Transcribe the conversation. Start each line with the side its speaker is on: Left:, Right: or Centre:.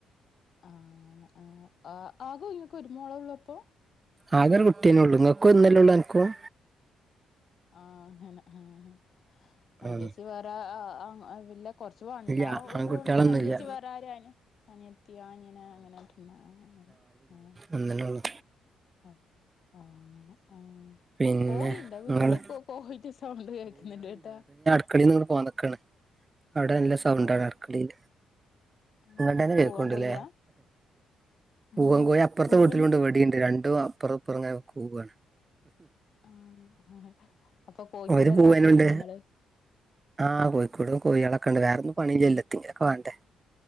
Left: ആഹ് അങ്ങനെ ആഹ് ആ ആകെ ഇങ്ങക്ക് ഒരു മോള് ഒള്ളൂ അപ്പോ
Right: ആകെ ഒരു കുട്ടിയെന്നെ ഒള്ളൂ ഇങ്ങക്കും ഒന്നല്ലെള്ളൂ അൻക്കും
Left: ആഹ് അങ്ങനെ ആഹ് അഹ്ജേച്ച്
Right: ആഹ്
Left: വേറെ <unintelligible> കൊർച്ചു വണ്ണ
Right: ഇല്ല
Left: ഉള്ളാേണ്ട്
Right: ആൺകുട്ടികളൊന്നുംല്ല
Left: ഞാൻ വിചാര്ച്ച് വേറെ ആര്ആന അനിയത്തിയോ അനിയനാേ അങ്ങനെട്ടംണ്ടോ ആങ്ങളമാര് ആഹ്
Right: ഒന്നഞൊള്ളൂ
Left: ആഹ് അങ്ങനെ ആഹ്
Right: പിന്നെ
Left: കോഴിണ്ടോ വീട്ടില്
Right: ഇങ്ങള്
Left: കോ കോഴിൻ്റെ സൗണ്ട് കേക്ക്ന്ന്ണ്ട് ട്ടാ
Right: അട്ക്കളീന്ന്ന്ന് പോന്നക്കാണ് അവ്ടെ നല്ല സൗണ്ടാണ്
Left: ഓഹ്
Right: അക്കളീല്
Left: ആഹ്
Right: ഇങ്ങട്ടെന്നെ കേക്കുണ്ട്
Left: പൂവൻ കോഴിയാ
Right: ല്ലേ പൂവൻ
Left: ആഹ്
Right: കോഴി അപ്പർത്തെ
Left: പൂവന്
Right: വീട്ടിലുണ്ട് ഇവടിംണ്ട് രണ്ടും അപ്പറംഇപ്പറം ഇങ്ങനെ കൂവാണ്
Left: ആഹ് അപ്പൊ കോയിക്കൂടെല്ലാ
Right: ഒരു പൂവനുണ്ട്
Left: ആക്കീനോ നിങ്ങള്
Right: ആഹ് കോഴിക്കൂടും കോഴാളൊക്കെണ്ട് വേറൊന്നും പണില്ലലോ എത്തിങ്കിലൊക്കെ വാണ്ടേ